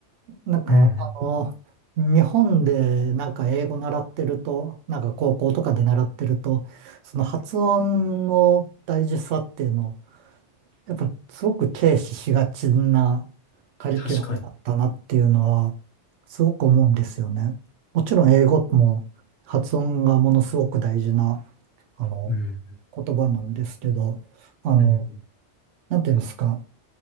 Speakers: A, on the right; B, on the left.
A: なんか、
B: うん。
A: あの、日本でなんか英語習ってると、なんか高校とかで習ってると、その発音の大事さっていうのをやっぱすごく軽視しがちなカリキュラムだったなっていうのは
B: 確かに。
A: すごく思うんですよね。もちろん英語も発音がものすごく大事なあの
B: うん。
A: 言葉なんですけど、あの、
B: うん。
A: なんていうんですか、